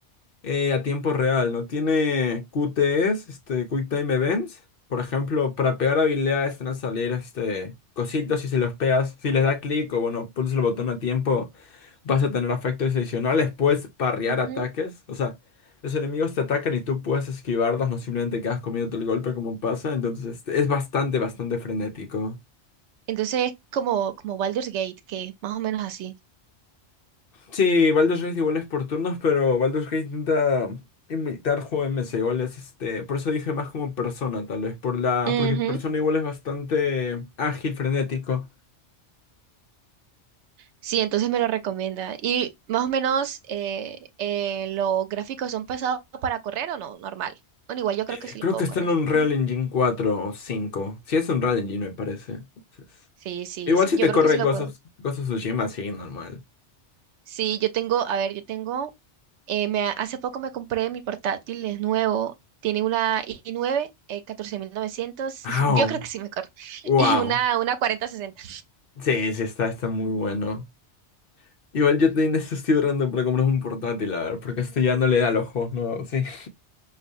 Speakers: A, on the left; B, on the right.
A: eh, a tiempo real, ¿no? Tiene QTEs, este, Quick Time Events. Por ejemplo, para pegar habilidades te van a salir este, cositas y si los pegas, si les da clic o bueno, pulsas el botón a tiempo, vas a tener efectos adicionales. Puedes parrear
B: Ujú.
A: ataques. O sea, los enemigos te atacan y tú puedes esquivarlos, no simplemente quedas comiéndote el golpe como pasa. Entonces, este, es bastante, bastante frenético.
B: Entonces es como, como Baldur's Gate, que es más o menos así.
A: Sí, Baldur's Gate igual es por turnos, pero Baldur's Gate intenta imitar juegos igual es este, por eso dije más como persona, tal vez, por la,
B: Ujú.
A: porque persona igual es bastante ágil, frenético.
B: Sí, entonces me lo recomienda. Y más o menos eh, eh, los gráficos son pesados para correr o no, normal. Bueno, igual yo
A: Eh,
B: creo que sí lo
A: creo
B: puedo
A: que está
B: correr.
A: en Unreal
B: <laughs>
A: Engine cuatro o cinco. Sí, es Unreal Engine, me parece. Entonces,
B: Sí, sí,
A: igual
B: sí,
A: si
B: yo
A: te
B: creo
A: corre
B: que sí lo
A: Ghost
B: puedo.
A: of, Ghost of Tsushima, sí, normal.
B: Sí, yo tengo, a ver, yo tengo, eh, me, hace poco me compré mi portátil, es nuevo, tiene una i9, eh, 14.900. <laughs>
A: ¡Au!
B: yo creo que sí me corre,
A: ¡Wow!
B: y una, una cuarenta sesenta.
A: Sí, sí, está, está muy bueno. Igual yo te esto estoy ahorrando para comprar un portátil, a ver, porque este ya no le da los ojos, ¿no? Sí. <laughs>